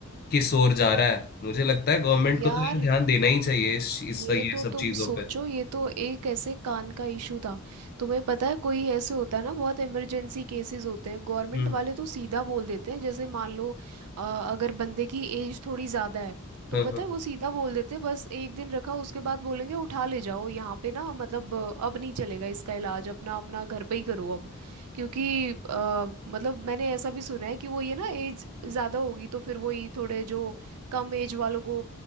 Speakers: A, on the left; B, on the right.
A: किस ओर जा रहा है मुझे लगता है गवर्नमेंट
B: यार
A: को तो यार ध्यान देना ही चाहिए इस, इस
B: ये
A: ये
B: तो
A: सब
B: तुम
A: चीजों
B: सोचो
A: पे
B: ये तो एक ऐसे कान का इशू था तुम्हें पता है कोई ऐसे होता है ना बहुत इमरजेंसी केसेस होते हैं गवर्नमेंट
A: हम्म
B: वाले तो सीधा बोल देते हैं जैसे मान लो अ, अगर बंदे की एज थोड़ी ज़्यादा है तो
A: हाँ
B: पता
A: हाँ
B: है वो सीधा बोल देते हैं बस एक दिन रखा उसके बाद बोलेंगे उठा ले जाओ यहाँ पे ना मतलब अ, अब नहीं चलेगा इसका इलाज अपना अपना घर पे ही करो अब क्योंकि अ, मतलब मैंने ऐसा भी सुना है कि वो ये ना एज ज़्यादा होगी तो फिर वही थोड़े जो कम एज वालों को